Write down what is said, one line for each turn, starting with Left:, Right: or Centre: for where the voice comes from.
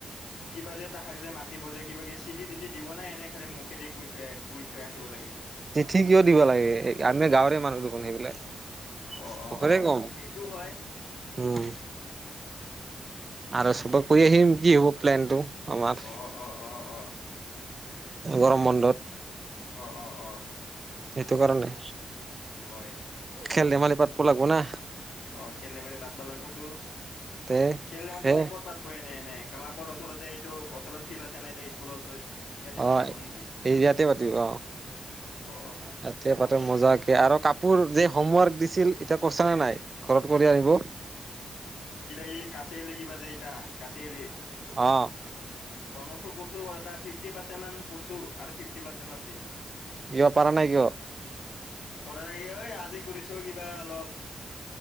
Left: কিবা যে, তাহাক যে মাতিব, যে কিবা কি চিটি-তিটি দিব নাই, এনে খালি মুখেদি কৈ থৈ কৈ থৈ আহিব লাগিব
Right: চিঠি কিয় দিব লাগে? আমি গাঁৱৰে মানুহ দেখোন সেইবিলাক।
Left: অ', অ',
Right: মুখেৰে
Left: অ', এই
Right: কম
Left: সেইটো হয়।
Right: উম, আৰু চবে কৰি আহিম কি হ'ব প্লেনটো। আমাৰ
Left: অ', অ', অ', অ'।
Right: গৰম বন্ধত।
Left: অ অ অ
Right: সেইটো কাৰণে।
Left: হয়।
Right: খেল-ধেমালি পাতব লাগব না।
Left: অ', খেল-ধেমালি পাতবা লাগবতো।
Right: তে
Left: খেল-ধেমালি
Right: এ
Left: ক'ত পাতিব, এনে-এনে ক্লাবৰ ওচৰতে, এইটো ওচৰত ফিল্ড আছে ন এটা স্কুলৰ ওচৰত। ইয়াতে
Right: অহ,
Left: পাতিব নেকি
Right: ইয়াতে পাতিব অ।
Left: অ
Right: তাতে পাতক মজাকে আৰু কাপোৰ যে হোমৱৰ্ক দিছিল, এতিয়া কৰছা না নাই? ঘৰত কৰি আনিব।
Left: এই কাচিয়ালি কিবা যে এইটা কাচিয়ালিত।
Right: অ',
Left: হোমৱৰ্কটো কৰছোঁ, এটা ফিফটি পাৰ্চেন্ট মান কৰছোঁ। আৰু ফিফটি পাৰ্চেন্ট আছে।
Right: কিয় পাৰা নাই কিয়?
Left: কৰা নাই কিয় ঐ? আজি কৰিছোঁ কিবা অলপ।